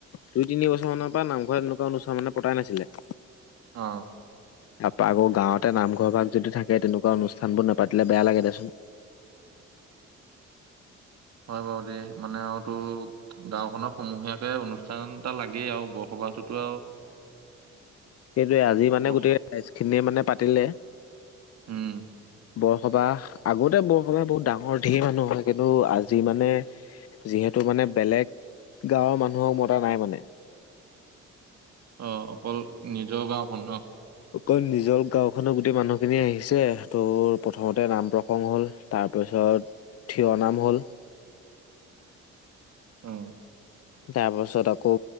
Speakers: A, on the left; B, on the right.
A: দুই তিনি বছৰ মানৰ পৰা নামঘৰত এনেকুৱা অনুষ্ঠান মানে পতাই নাছিলে।
B: অ,
A: তাৰপা আকৌ গাঁৱতে নামঘৰ ভাগ যদি থাকে, তেনেকুৱা অনুষ্ঠানবোৰ নেপাতিলে বেয়া লাগে দেচোন।
B: হয় বাৰু দেই মানে আৰুতো, গাও খনৰ সমূহীয়াকে অনুষ্ঠান এটা লাগেই আৰু বৰসবাহটোতো আৰু।
A: সেইটোৱে আজি মানে
B: বস
A: গোটেই ৰাইজ খিনিয়ে মানে পাতিলে।
B: উম,
A: বৰসবাহ আগতে বৰসবাহ বহুত ডাঙৰ ধেৰ মানুহ হয়। কিন্তু আজি মানে, যিহেতু মানে বেলেগ গাঁৱৰ মানুহক মতা নাই মানে।
B: অ অকল নিজৰ গাওঁখনৰ ন।
A: অকল নিজৰ গাওঁখনৰ গোটেই মানুহখিনি আহিছে, তোৰ প্ৰথমতে নাম প্ৰসংগ হ'ল। তাৰপিছত থিয় নাম হ'ল।
B: উম।
A: তাৰ পাছত আকৌ